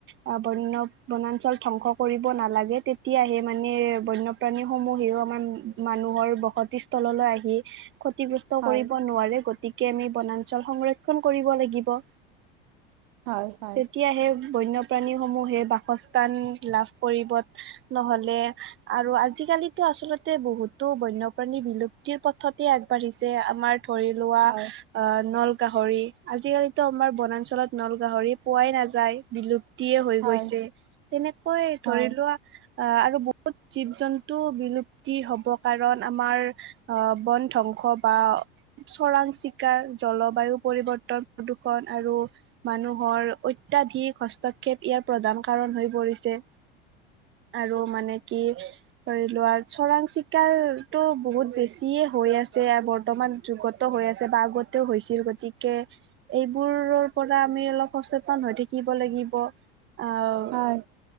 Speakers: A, on the right; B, on the right.
A: অহ, বন্য-বনাঞ্চল ধ্বংস কৰিব নালাগে, তেতিয়াহে মানে বন্য প্ৰাণীসমূহেও আমাৰ মানুহৰ বসতি স্থললৈ আহি ক্ষতি কৰিব
B: হয়
A: নোৱাৰে, গতিকে আমি বনাঞ্চল সংৰক্ষণ কৰিব লাগিব।
B: হয়, হয়।
A: এতিয়া সেই বন্যপ্ৰাণীসমূহে বাসস্থান লাভ কৰিব নহ'লে আৰু আজিকালিতো আচলতে বহুতো বন্যপ্ৰাণী বিলুপ্তিৰ পথতে আগবাঢ়িছে। যে আমাৰ ধৰিলোৱা
B: হয়,
A: অহ, নলগাহৰি। আজিকালিতো আমাৰ বনাঞ্চলত নলগাহৰি পোৱাই নাযায়, বিলুপ্তিয়য়ে হৈ
B: হয়,
A: গৈছে। তেনেকৈ
B: হয়,
A: ধৰিলোৱা
B: হয়।
A: অহ, আৰু বহুত জীৱ-জন্তু বিলুপ্তি হ'ব কাৰণ আমাৰ অহ, বন ধ্বংস বা চৰাং চিকাৰ, জলবায়ু পৰিৱৰ্তন, প্ৰদূৰ্ষণ আৰু মানুহৰ অত্যাধিক হস্তক্ষেপ ইয়াৰ প্ৰধান কাৰণ হৈ পৰিছে। আৰু মানে কি ধৰিলোৱা চৰাং চিকাৰটো বহুত বেছিয়ে হৈ আছে আগৰ বৰ্তমান যুগত হৈ আছে বা আগতেও হৈছিল গতিকে এইবোৰৰ পৰা আমি অলপ সচেতন হৈ থাকিব লাগিব অহ
B: হয়,